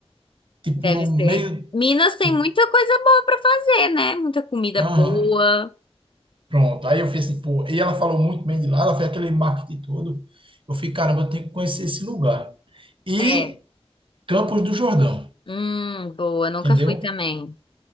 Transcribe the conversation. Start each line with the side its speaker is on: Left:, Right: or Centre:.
Right: Tipo,
Left: Deve
Right: no
Left: ser.
Right: meio,
Left: Minas tem
Right: no-
Left: muita coisa boa pra fazer, né? Muita comida
Right: Aham.
Left: boa.
Right: Pronto. Aí eu fiz assim, pô, e ela falou muito bem de lá, ela fez aquele marketing todo. Eu fiquei, caramba, eu tenho que conhecer esse lugar. E
Left: É.
Right: Campos do Jordão,
Left: Hum, boa. Nunca
Right: entendeu?
Left: fui também.